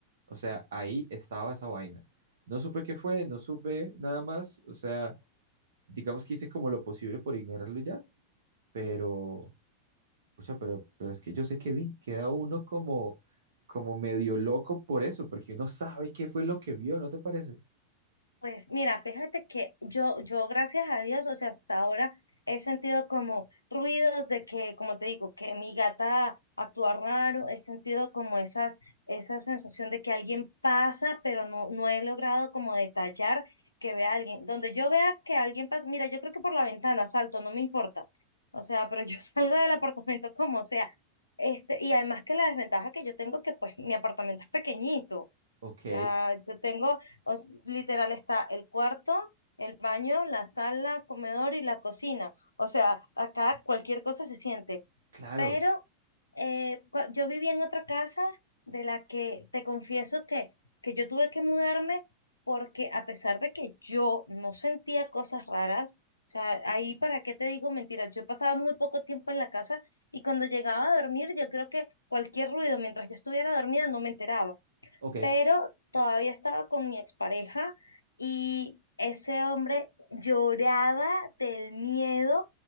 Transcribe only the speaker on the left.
Pues mira, fíjate que yo, yo gracias a Dios, o sea, hasta ahora he sentido como ruidos de que, como te digo, que mi gata actúa raro, he sentido como esas, esa sensación de que alguien pasa, pero no, no he logrado como detallar que vea a alguien. Donde yo vea que alguien pasa, mira, yo creo que por la ventana salto, no me importa. O sea, pero yo <laughs> salgo del apartamento como sea. Este, y además que la desventaja que yo tengo que pues mi apartamento es pequeñito.
O sea, yo tengo, o s- literal está el cuarto, el baño, la sala, comedor y la cocina. O sea, acá cualquier cosa se siente.
Pero eh, cua- yo viví en otra casa de la que te confieso que, que yo tuve que mudarme porque a pesar de que yo no sentía cosas raras, o sea, ahí para qué te digo mentiras, yo pasaba muy poco tiempo en la casa y cuando llegaba a dormir yo creo que cualquier ruido mientras yo estuviera dormida no me enteraba
pero todavía estaba con mi expareja y ese hombre lloraba del miedo